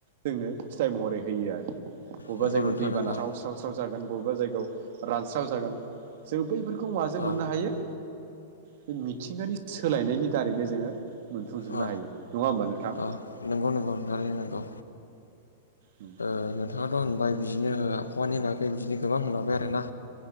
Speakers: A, on the right; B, on the left.
A: जोंनो फिथाइ महरै होयो आरो। बबेबा
B: नंगौ
A: जायगायाव
B: नोंथां
A: दै
B: नंगौ
A: बाना स्राव-स्राव-स्राव जागोन बबेबा जायगायाव रानस्राव जागोन जों बैफोर- खौ माजों
B: औ
A: मोननो हायो बे मिथिंगानि सोलायनायनि दारैनो जोङो मोनफुंजोबनो
B: औ
A: हायो नङा होमबा नोंथां?
B: औ नंगौ नंगौ थारैनो नंगौ।
A: उम।
B: ओ नोंथाङाथ' होनबाय बिजिनो आबहावानि बागै बिजिनो गोबां होनलांबाय आरोना